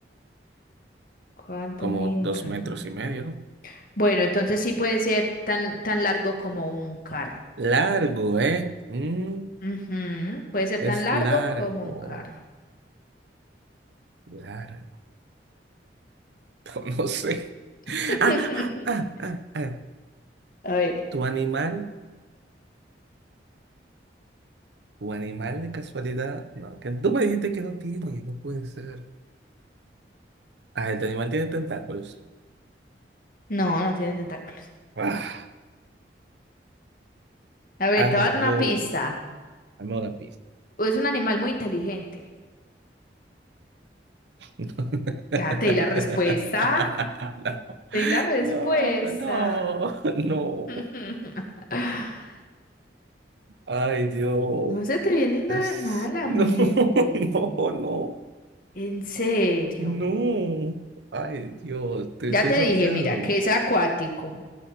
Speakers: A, on the left; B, on the right.
A: ¿Cuánto
B: Como
A: mide un
B: dos
A: carro?
B: metros y medio, ¿no?
A: Bueno, entonces sí puede ser tan, tan largo como un carro.
B: Largo, ¿eh? Mm,
A: Ujú, Puede ser tan
B: es
A: largo
B: largo,
A: como un carro.
B: largo. <laughs> No sé.
A: <laughs>
B: Ah, ah, ah, ah, ah.
A: A ver.
B: ¿Tu animal? ¿Tu animal de casualidad? No, que tú me dijiste que no tiene, no puede ser. Ah, el animal tiene tentáculos.
A: No, no tiene tentáculos.
B: Ah,
A: A ver,
B: ay,
A: te voy a dar
B: Dios.
A: una pista.
B: Dame una pista.
A: O Es un animal muy inteligente.
B: <laughs>
A: Ya te di la respuesta. Te di la respuesta.
B: No, no, no. no.
A: <laughs>
B: Ay, Dios.
A: No se te viene na-
B: Es...
A: nada a la
B: No,
A: mente.
B: <laughs> no, no,
A: En serio.
B: no. Ay, Dios, estoy,
A: Ya
B: estoy
A: te
B: bloqueado.
A: dije, mira, que es acuático,